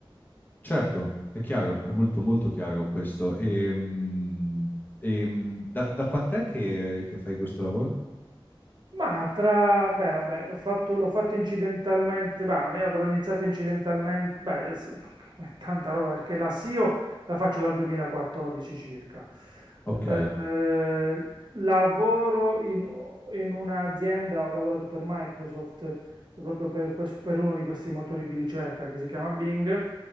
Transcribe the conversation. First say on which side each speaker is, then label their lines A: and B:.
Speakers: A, on the left; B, on the right.
A: Certo, è chiaro, è molto molto chiaro questo. E, mm, e, mm, da, da quant'è che, che fai questo lavoro?
B: Ma tra, beh, vabbè, l'ho fatto, l'ho fatto incidentalmente, bah, ne avrò iniziato incidentalmente, beh, s- <laughs> è tanta roba perché la SEO la faccio dal 2014 circa.
A: Ok,
B: Eh, lavoro in, in un'azienda, ho lavorato per Microsoft proprio per, quest- per uno di questi motori di ricerca che si chiama Bing,